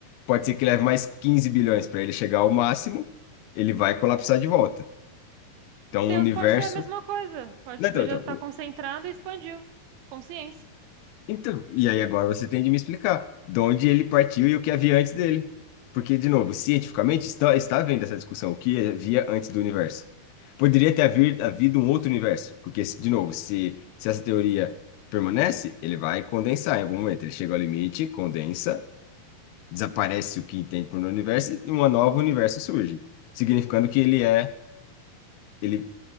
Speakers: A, on the left; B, on the right.
A: Pode ser que leve mais 15 bilhões para ele chegar ao máximo, ele vai colapsar de volta. Então,
B: Deus
A: o universo.
B: pode ser a mesma coisa. Pode,
A: Não, então,
B: pode
A: então,
B: estar concentrado e expandiu. Consciência.
A: Então, e aí agora você tem de me explicar de onde ele partiu e o que havia antes dele. Porque, de novo, cientificamente está, está havendo essa discussão, o que havia antes do universo. Poderia ter haver- havido um outro universo, porque, de novo, se, se essa teoria permanece, ele vai condensar em algum momento. Ele chega ao limite, condensa, desaparece o que entende por um universo e um novo universo surge, significando que ele é, ele